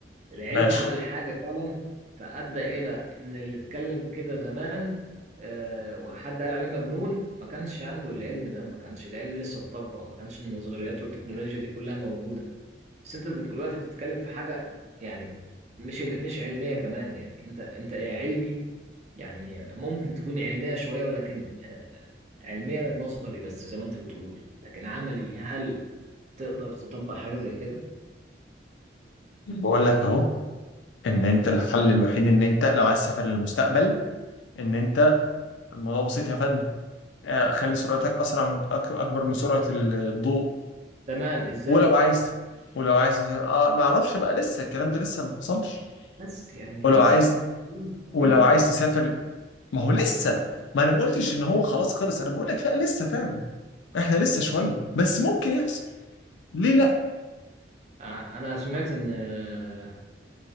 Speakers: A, on the right; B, on the left.
A: العلم
B: ماشي
A: عمل حاجة فعلا فأدى إلى إن اللي اتكلم كده زمان آه، وحد قال عليه مجنون ما كانش عنده العلم ده ما كانش العلم لسه اتطبق ما كانش النظريات والتكنولوجيا دي كلها موجودة بس انت دلوقتي بتتكلم في حاجة يعني مش مش علمية كمان يعني انت انت يا علمي يعني ممكن تكون علمية شوية ولكن آه، علمية نظري بس زي ما انت بتقول لكن عملي هل تقدر تطبق حاجة زي كده
B: بقول لك اهو ان انت الحل الوحيد ان انت لو عايز تسافر للمستقبل ان انت الموضوع بسيط يا فندم آه، خلي سرعتك اسرع من أك- اكبر من سرعه الضوء
A: تمام ازاي
B: ولو عايز ولو عايز تسافر اه ما اعرفش بقى لسه الكلام ده لسه ما حصلش
A: بس يعني
B: ولو
A: بس
B: عايز ولو
A: دي الفكرة
B: عايز تسافر ما هو لسه ما انا ما قلتش ان هو خلاص خلص انا بقول لك لا لسه فعلا احنا لسه شويه بس ممكن يحصل ليه لا
A: ع- انا سمعت ان آه،